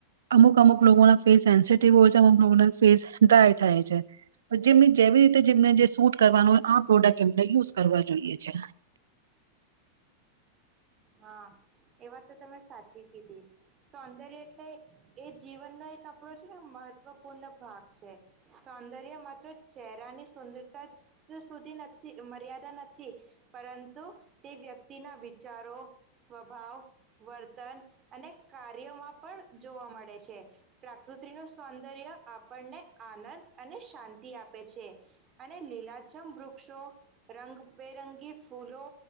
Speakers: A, on the right; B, on the right.
A: અમુક અમુક લોકોના ફેસ સેન્સટિવ હોય છે. અમુક લોકોના ફેસ ડ્રાય થાય છે. તો જેમ જેવી રીતે જેમને જે સૂટ કરવાનું હોય. આ પ્રોડક્ટ એમને યુઝ કરવા જોઈએ છે
B: હા, એ વાત તો તમે સાચી કીધી સોંદર્ય એટલે એ જીવનનો એક આપડો છે, ને મહત્વપૂર્ણ ભાગ છે. સૌંદર્ય માત્ર ચહેરાની સુંંદરતા જ સુધી નથી મર્યાદા નથી. પરંતુ, તે વ્યક્તિના વિચારો સ્વભાવ, વર્તન અને કાર્યોમાં પણ જોવા મળે છે. પ્રકૃતિનું સૌંદર્ય આપણને આનંદ અને શાંતિ આપે છે. અને લીલાછમ વૃક્ષો, રંગબેરંગી ફૂલો,